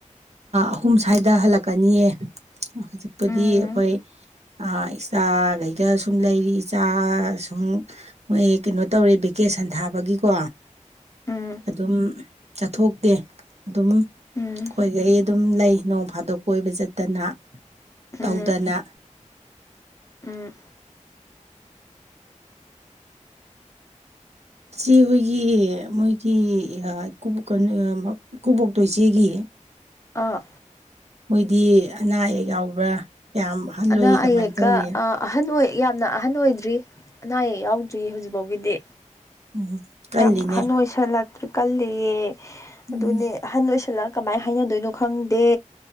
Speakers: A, on the right (about 55°); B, on the left (about 25°).
A: ꯑꯍꯨꯝ ꯁ꯭ꯋꯥꯏꯗ ꯍꯜꯂꯛꯀꯅꯤꯌꯦ ꯍꯧꯖꯤꯛꯄꯨꯗꯤ
B: ꯎꯝ
A: ꯑꯩꯈꯣꯏ ꯑ ꯏꯆꯥꯈꯩꯗ ꯁꯨꯝ ꯂꯩꯔꯤ ꯏꯆꯥ ꯁꯨꯝ ꯃꯣꯏ ꯀꯩꯅꯣ ꯇꯧꯔꯦ ꯚꯦꯀꯦꯁꯟ ꯊꯥꯕꯒꯤꯀꯣ
B: ꯎꯝ
A: ꯑꯗꯨꯝ ꯆꯠꯊꯣꯛꯇꯦ ꯑꯗꯨꯝ
B: ꯎꯝ
A: ꯑꯩꯈꯣꯏꯒꯩ ꯑꯗꯨꯝ ꯂꯩ ꯅꯣꯡ ꯐꯥꯗꯣꯛ ꯀꯣꯏꯕ ꯆꯠꯇꯅ
B: ꯎꯝ
A: ꯇꯧꯗꯅ
B: ꯎꯝ
A: ꯏꯆ‌ꯦ ꯍꯣꯏꯒꯤ ꯃꯣꯏꯒꯤ ꯑꯥ ꯏꯀꯨꯕꯣꯛ ꯀꯥ ꯅꯣꯏ ꯑ ꯃꯞ ꯏꯀꯨꯕꯣꯛꯇꯣ ꯏꯆꯦꯒꯤ
B: ꯑꯥ
A: ꯃꯣꯏꯗꯤ ꯑꯅꯥ ꯑꯌꯦꯛ ꯌꯥꯎꯕ꯭ꯔꯥ ꯀꯌꯥꯝ ꯑꯍꯜ
B: ꯑꯅꯥ
A: ꯑꯣꯏꯔꯤ ꯀꯃꯥꯏꯅ
B: ꯑꯌꯦꯛꯀ
A: ꯇꯧꯔꯤ
B: ꯑꯥ ꯑꯍꯟ ꯑꯣꯏ ꯌꯥꯝꯅ ꯑꯍꯟ ꯑꯣꯏꯗ꯭ꯔꯤ ꯑꯅꯥ ꯑꯌꯦꯛ ꯌꯥꯎꯗ꯭ꯔꯤ ꯍꯧꯖꯤꯛꯕꯥꯎꯒꯤꯗꯤ
A: ꯎꯝ ꯀꯜꯂꯤꯅꯦ
B: ꯌꯥꯝ ꯑꯍꯟ ꯑꯣꯏꯁꯜꯂꯛꯇ꯭ꯔꯤ ꯀꯜꯂꯤꯌꯦ
A: ꯎꯝ
B: ꯑꯗꯨꯅꯦ ꯑꯍꯟ ꯑꯣꯏꯁꯜꯂꯛꯑ ꯀꯃꯥꯏ ꯍꯥꯏꯅꯗꯣꯏꯅꯣ ꯈꯪꯗꯦ